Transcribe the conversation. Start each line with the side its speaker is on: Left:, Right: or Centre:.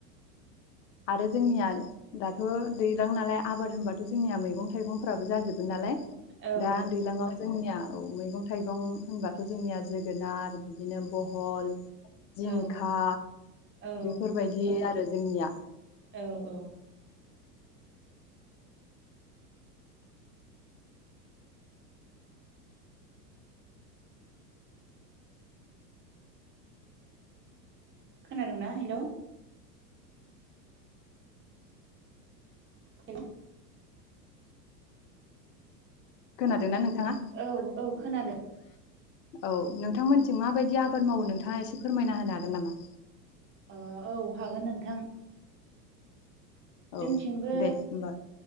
Right: <unintelligible>
Left: आरो जोंनिया दाथ' दैलां नालाय आबाद होनबाथ' जोंनिया मैगं थाइगंफ्राबो जाजोबो नालाय
Right: औ
Left: दा दैलाङाव जोंनिया औ मैगं थाइगं होनबाथ' जोंनिया जोगोनार, बिदिनो बहल जिंखा
Right: औ औ
Left: बेफोरबायदि बे आरो जोंनिया।
Right: औ औ। खोनादोंना हेलौ हेल
Left: खोनादोंना नोंथाङा?
Right: औ औ खोनादों
Left: औ नोंथांमोनसिम माबायदि आबाद मावो नोंथाङा एसे फोरमायना होनो हागोन नामा?
Right: अ औ हागोन नोंथां।
Left: औ
Right: जोंथिंबो
Left: दे होमबा